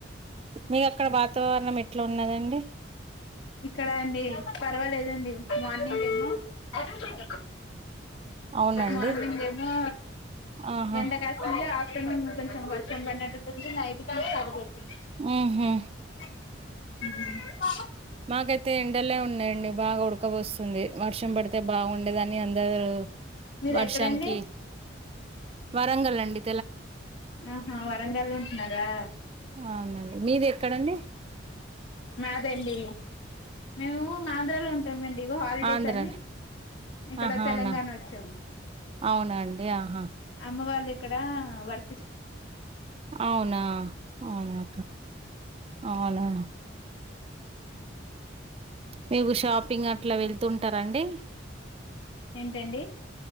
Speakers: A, on the right; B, on the left.
A: మీకు అక్కడ వాతావరణం ఎట్లా ఉన్నదండి
B: ఇక్కడ అండి పర్వాలేదండి మార్నింగ్ ఐన
A: అవునండి
B: మార్నింగ్ ఏమో
A: ఆహా
B: ఎండకా అంటే ఆఫ్టర్నూన్ కొంచెం వర్షం పడినట్ంది నైట్ పెడుతుంది
A: ఊ హూ
B: <unintelligible>
A: మాకైతే ఎండలే ఉన్నాయండి బాగా ఉడకబోస్తుంది వర్షం పడితే బాగుండేదని అందరు
B: మీరు
A: వర్షానికి
B: ఎక్కడండి
A: వరంగలండి
B: ఆహా వరంగాల్ ఉంటున్నారా
A: అవునండి మీది ఎక్కడండి
B: మాదల్లి మేము ఆంధ్రాలో ఉంటామండి ఇ హాలిడేస్
A: ఆంధ్ర
B: అని ఇక్కడ
A: ఆహా
B: తెలంగాణ
A: అవునా
B: వచ్చాము
A: అవునా అండి ఆహా
B: అమ్మ వాళ్ళు ఇక్కడ వర్
A: అవునా అవునా అవునా మీకు షాపింగ్ అట్లా వెళ్తుంటారండి
B: ఏంటండి